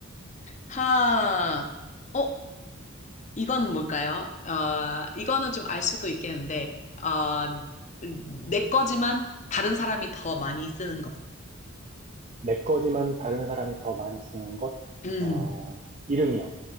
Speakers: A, on the left (about 35°); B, on the right (about 35°).
A: 하, 어, 이건 뭘까요? 어, 이거는 좀 알 수도 있겠는데, 어, 내 거지만 다른 사람이 더 많이 쓰는 것.
B: 내 거지만 다른 사람이 더 많이 쓰는 것,
A: 음,
B: 어, 이름이요.